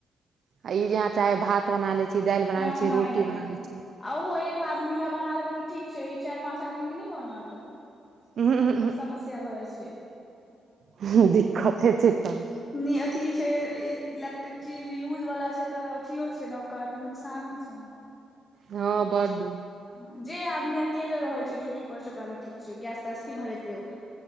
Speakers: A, on the right (about 60°); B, on the left (about 25°).
A: आ ई जे अहां चाहबय भात बना लै छी, दाइल बना
B: हँ
A: लै छी,
B: नहि
A: रोटी
B: नहि
A: बना लय छी
B: आ ओहो एक आदमी लय बना लेबै तऽ ठीक छै। ई चाइर पाँच आदमी के नय बनत।
A: उहूं उहूं
B: बड्ड समस्या भ जाइ छै।
A: उहूं दिक्कते छै तऽ
B: नै अथी छै, ए -इलेक्ट्रिक चीज यूजवला छै तऽ अथियो छै ने ओकर नुकसानो छै ने।
A: हँ बड्ड।
B: हं जे आदमी अकेले रहै छै, ड्यूटी करै छै, ओकरा लए ठीक छै, गैस -तैस की भरेतय ओ।